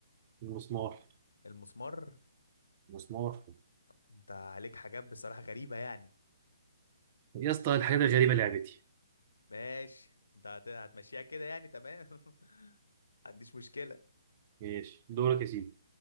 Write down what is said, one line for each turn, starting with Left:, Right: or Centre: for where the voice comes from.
Right: المسمار
Left: المسمار
Right: المسمار
Left: انت عليك حاجات بصراحة غريبة يعني
Right: يا اسطى الحاجات الغريبة لعبتي
Left: ماشي انت هت- هتمشيها كده يعني تمام <laughs> عنديش مشكلة
Right: ماشي دورك يا سيدي